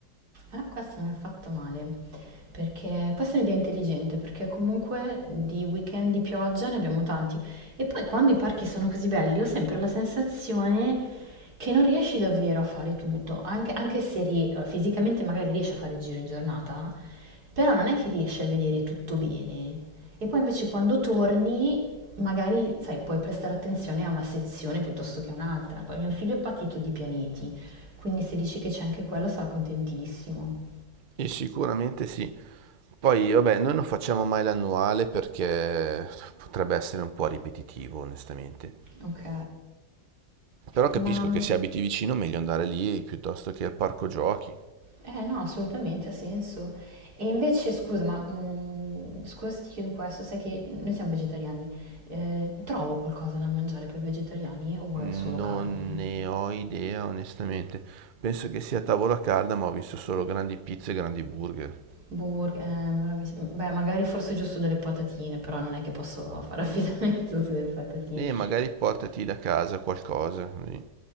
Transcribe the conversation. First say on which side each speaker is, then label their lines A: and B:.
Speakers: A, on the right; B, on the right.
A: Ah, questo mi ha fatto male, perché questa è un'idea intelligente, perché comunque di weekend di pioggia ne abbiamo tanti. E poi quando i parchi sono così belli, ho sempre la sensazione che non riesci davvero a fare tutto, anche, anche se rie- fisicamente magari riesci a fare il giro in giornata, però non è che riesci a vedere tutto bene. E poi invece quando torni, magari, sai, puoi prestare attenzione a una sezione piuttosto che a un'altra. Poi mio figlio è patito di pianeti, quindi se dici che c'è anche quello sarà contentissimo.
B: E sicuramente sì. Poi, vabbè, noi non facciamo mai l'annuale perché potrebbe essere un po' ripetitivo, onestamente.
A: Ok,
B: Però capisco
A: ma
B: che se abiti vicino, meglio andare lì piuttosto che al parco giochi.
A: eh, no, assolutamente ha senso. E invece, scusa, ma mm, scusa se ti chiedo questo, sai che noi siamo vegetariani. Eh, trovo qualcosa da mangiare per vegetariani o
B: Non
A: è solo carne?
B: ne ho idea, onestamente. Penso che sia tavola calda, ma ho visto solo grandi pizze e grandi burger.
A: Burger, ehm, ora mi s- beh, magari forse giusto delle patatine, però non è che posso fare <laughs> affidamento sulle patatine.
B: E magari portati da casa qualcosa, così.